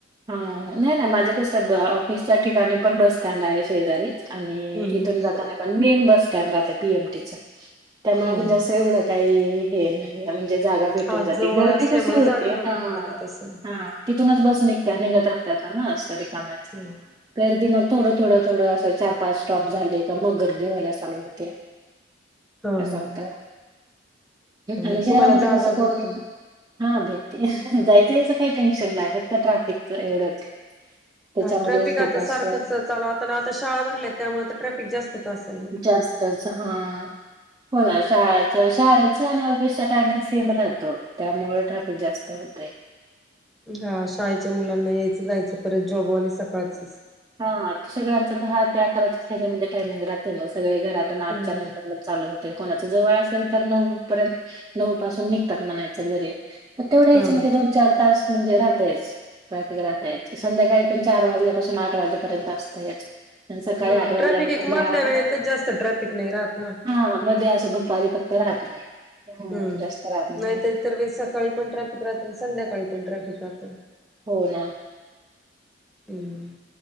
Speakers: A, on the right (about 20°); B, in the centre.
A: हा नाही ना माझं कस ऑफिसच्या ठिकाणी पण बस स्टँड आहे शेजारी. आणि
B: हम्म
A: इथून
B: हम्म
A: जाताना पण मेन बस स्टँड राहते पी. ए. मटीच. त्यामुळे
B: हो
A: म्हणजे असं एवढं काही हे नाही म्हणजे जागा भेटून
B: हा
A: जाते,
B: जवळ
A: गर्दी
B: असल्यामुळे
A: कशी होती
B: जागा लवकर
A: हा
B: भेटत असेल.
A: हा तिथूनच बस निघ निघतं राहात्यात ना रिकाम्याच,
B: हा
A: गर्दी मग नव्ह थोडं-थोडं-थोडं असं चार-पाच स्टॉप झाले, का मग गर्दी व्हायला चालू होते.
B: हा
A: असं होत,
B: मग
A: आणि शहरामध्ये
B: तुम्हाला जागा
A: कसं कोण
B: भेटते.
A: हा भेटती जायचंयाचं काय टेन्शन नाही, फक्त ट्राफिकच एवढंच. त्याच्यामध्येच
B: हा ट्रॅफिक
A: खूप
B: आता
A: असं
B: सारखंच चालू आता-आता शाळा भरल्यात त्यामुळे तर ट्रॅफिक जास्तच असत.
A: जास्तच हा. शाळाच-शाळेचा आणि ऑफिसचा टायमिंग सेम राहतो. त्यामुळे ट्रॅफिक जास्त होतय.
B: हा शाळेच्या मुलांना यायचं-जायचं परत जॉबवाले सकाळच
A: हा सगळ्यांच दहा ते अकरा त्याच्यामध्ये टाइमिंग राहत मग. सगळे घरातून आठच्यानंतर
B: हम्म.
A: ना चालू होत. कोणाच जवळ असेल तर नऊ पर्यंत, नऊ पासून निघतात म्हणायच घरी. तेवढ्या
B: हा
A: यायचं म्हगजे दोन चार-तास म्हणजे राहातयच, ट्रॅफिक राहताय संध्याकाळी आपण चार वाजल्यापासून. आठ वाजेपर्यंत असतयच. आणि सकाळी
B: हा
A: आठ वाजल्यापासून
B: ट्रॅफिक एक मधल्या
A: दहा
B: वेळेत
A: पर्यंत असतं.
B: जास्त ट्रॅफिक नाही राहत ना.
A: हा मध्ये असं दुपारी फक्त राहत नाही. हम्म
B: हम्
A: जास्त राहत नाही
B: नाहीतर तर इतरवेळी सकाळी पण ट्रॅफिक राहत, संध्याकाळी पण ट्रॅफिक राहत.
A: हो ना.
B: हम्म